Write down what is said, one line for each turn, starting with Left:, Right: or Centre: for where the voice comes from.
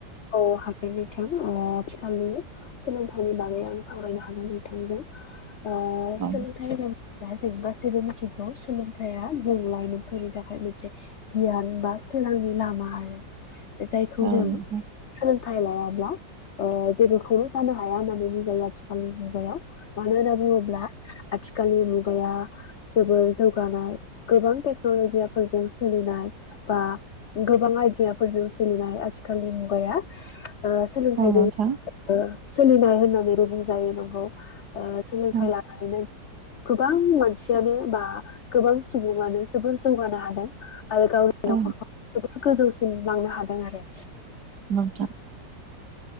Left: औ हागोन नोंथां ओ आथिखालनि सोलोंथाइनि बागै आं सावरायनो हागोन नोंथांजों
Right: <inaudible>
Left: ओ
Right: औ
Left: सोलोंथाइ हो दा जों गासैबो मिथिगौ सोलोंथाया जों लाइमोनफोरनि थाखाय मोनसे गियान बा सोरांनि लामा आरो जायखौ
Right: औ
Left: जों
Right: नोंथां
Left: सोलोंथाइ लायाब्ला ओ जेबोखौनो जानो हाया होननानै बुंजायो आथिखालनि मुगायाव मानो होनना बुङोब्ला आथिखालनि मुगाया जोबोर जौगानाय गोबां टेक्नलजि फोरजों सोलिनाय बा गोबां आइदियाफोरजों सोलिनाय आथिखा खालनि मुगाया सोलोंथाइजों
Right: औ नोंथां
Left: ओ सोलिनाय होननानैबो बुंजायो नंगौ सोलोंथाइ
Right: औ
Left: लानानैनो गोबां मानसियानो बा गोबां सुबुङानो जोबोर जौगानो हादों आरो गावनि
Right: औ
Left: न'खरखौ जोबोर गोजौसिम लांनो हादों आरो
Right: नोंथां